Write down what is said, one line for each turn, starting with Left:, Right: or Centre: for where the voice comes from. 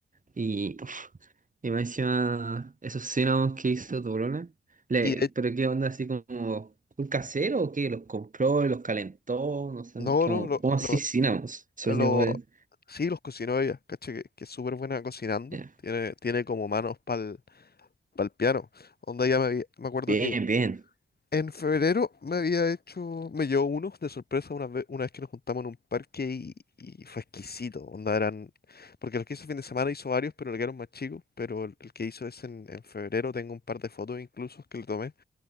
Right: Y Y más encima, esos cinnamons que hizo tu brona, le,
Left: Y de-
Right: pero qué onda, así como, ¿un casero o qué? ¿Los compró, los calentó? No sé,
Left: no,
Right: no- como,
Left: no, lo,
Right: ¿cómo así
Left: lo,
Right: cinnamons? Son
Left: lo-
Right: yo, eh.
Left: sí, los cocinó ella, caché, que, que es súper buena cocinando.
Right: Ya.
Left: Tiene, tiene como manos para el piano. Onda, ya me, había- me acuerdo
Right: Bien,
Left: que
Right: bien.
Left: En febrero me había hecho, me llevó unos de sorpresa una vez, una vez que nos juntamos en un parque y, y fue exquisito. Onda eran, porque los que hizo fin de semana hizo varios, pero le quedaron más chicos. Pero el, el que hizo es en, en febrero, tengo un par de fotos incluso que le tomé.